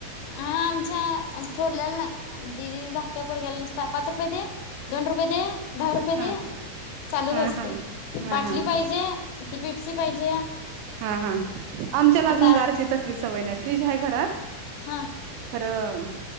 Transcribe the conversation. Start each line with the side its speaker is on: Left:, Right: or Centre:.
Left: हा आमच्या थोरल्याला नाय दि दि धाकट्या पोरला नुसता पाच रुपये दे. दोन रुपय दे. दहा रुपये
Right: हा
Left: दे चालूच
Right: हा
Left: असते
Right: हा हा
Left: बाटली
Right: हा
Left: पाहिजे ती पिप्सी पाहिजे.
Right: हा हा आमच्याला अजून
Left: दा
Right: गारची तसली सवय नाय फ्रीज हाय घरात.
Left: हा.
Right: खरं